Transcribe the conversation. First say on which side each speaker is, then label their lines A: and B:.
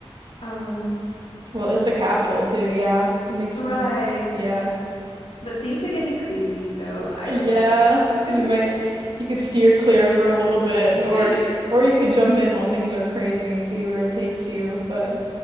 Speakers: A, on the left; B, on the right.
A: Um,
B: Well,
A: so
B: it's the capital too, yeah. It makes sense.
A: right.
B: Yeah.
A: But things are getting crazy, so I
B: Yeah,
A: don't know. I'm kind
B: you
A: of
B: might you could steer clear for a little bit and- or
A: scared. <laughs>
B: or you could jump in while things are crazy and see where it takes you, but